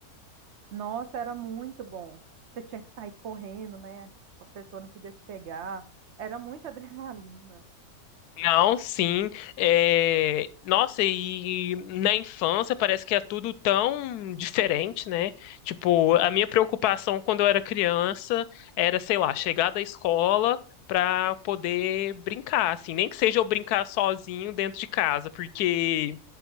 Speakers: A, on the right; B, on the left.
A: Nossa, era muito bom. Você tinha que sair correndo, né? A pessoa não podia te pegar. Era muita <laughs> adrenalina.
B: Não, sim. É, Nossa, e na infância parece que é tudo tão diferente, né? Tipo, a minha preocupação quando eu era criança era, sei lá, chegar da escola pra poder brincar, assim, nem que seja eu brincar sozinho dentro de casa, porque